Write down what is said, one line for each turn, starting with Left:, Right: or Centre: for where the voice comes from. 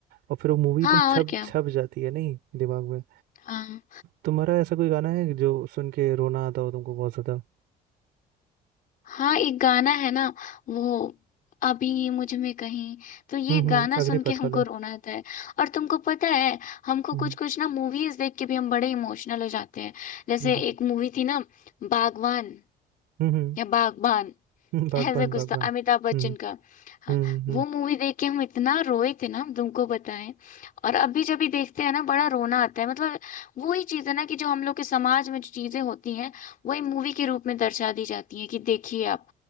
Right: और फिर वो मूवी
Left: हाँ
Right: एकदम छप
Left: और क्या
Right: छप जाती है नहीं दिमाग में
Left: हाँ
Right: तुम्हारा ऐसा कोई गाना है जो सुन के रोना आता हो तुमको बहुत ज्यादा
Left: हाँ एक गाना है ना वो अभी मुझ में कहीं तो ये
Right: हम्म हम्म
Left: गाना सुन
Right: अग्निपथ
Left: के हमको
Right: वाला
Left: रोना आता है और तुमको पता है हमको
Right: हम्म
Left: कुछ कुछ ना मूवीज देख के भी हम बड़े इमोशनल हो जाते हैं जैसे
Right: हम्म
Left: एक मूवी थी ना बागवान
Right: हम्म हम्म,
Left: या बागबान
Right: हम्म, बागबान
Left: ऐसा कुछ
Right: बागबान
Left: था अमिताभ बच्चन
Right: हम्म
Left: का हाँ
Right: हम्म हम्म
Left: वो मूवी देख के हम इतना रोए थे ना हम तुमको बताएं और अभी जब भी देखते हैं ना बड़ा रोना आता है मतलब वही चीज है ना कि जो हम लोग के समाज में जो चीजें होती हैं वही मूवी के रूप में दर्शा दी जाती हैं कि देखिए आप